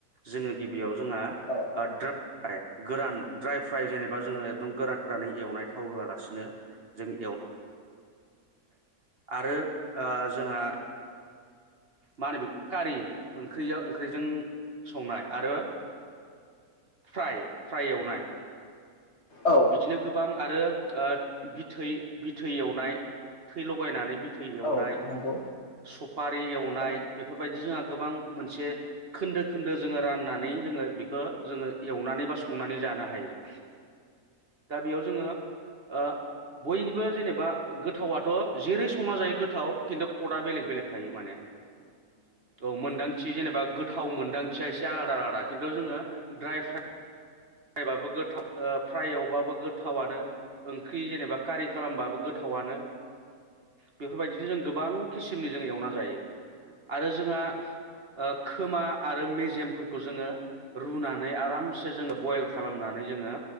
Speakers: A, on the right (about 45°); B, on the left (about 50°).
A: जोंङो गिबियाव जोंहा
B: औ
A: ड्राय फ्राय गोरान ड्राय फ्राय जेनेबा जोंङो एकदम गोरान नै एवनाय थाव होआलासिनो जों एव आरो ओ जोंहा। मा होनो बेखौ कारि ओंख्रिजो ओंख्रिजों संनाय आरो फ्राय फ्राय एवनाय।
B: औ
A: बिदिनो गोबां आरो ओ बिथै बिथै एवनाय थै लगायनानै बिथै एवनाय
B: औ नंगौ
A: सफारि एवनाय
B: औ नंगौ औ नंगौ औ उम औ नंगौ औ नंगौ औ नंगौ औ नंगौ औ उम नंगौ औ
A: बेफोरबायदि जोंहा गोबां मोनसे खोन्दो खोन्दो जोङो राननानै जोंङो बेखौ जोंङो एवनानै बा संनानै जानो हायो। दा बेयाव जोङो ओ बयबो जेनेबा गोथावथ जेरै संना जायो गोथाव खिन्थु खटआ बेलेग बेलेग थायो माने औ मोनदांथि जेनेबा गोथाव मोनदांथिया एसे आलादा आलादा खिन्थु जोंङो ड्राय फ्राइ। फ्रायबाबो गोथाव ओ फ्राय एवबाबो गोथावनो ओंख्रि जेनेबा कारि खालामबाबो गोथावनो बेफोरबायदिनो जों गोबां किसिमनि जों एवना जायो आरो जोंहा ओ खोमा आरो मेजेमफोरखौ जोंङो रुनानै आरामसे जोंङो बयल। खालामनानै जोङो